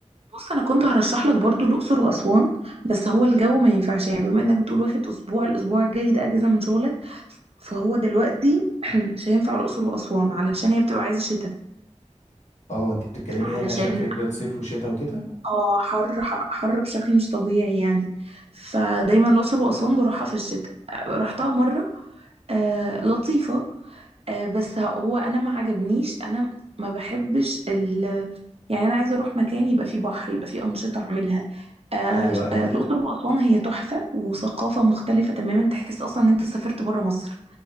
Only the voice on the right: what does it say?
بص انا كنت هرشح لك برضو الاقصر واسوان بس هو الجو ما ينفعش يعني بما انك بتقول واخد اسبوع الاسبوع الجاي ده اجازه من شغلك فهو دلوقتي <clears throat> مش هينفع الاقصر واسوان علشان هي بتبقى عايزه شتاء
علشان
اه حر حر حر بشكل مش طبيعي يعني فدايما الأقصر وأسوان بروحها في الشتاء رحتها مرة آه لطيفة آه، بس هو انا ما عجبنيش انا ما بحبش ال يعني انا عايزه اروح مكان يبقى فيه بحر يبقى فيه انشطه اعملها آه،
آه، الاقصر واسوان هي تحفه وثقافه مختلفه تماما تحس اصلا ان انت سافرت بره مصر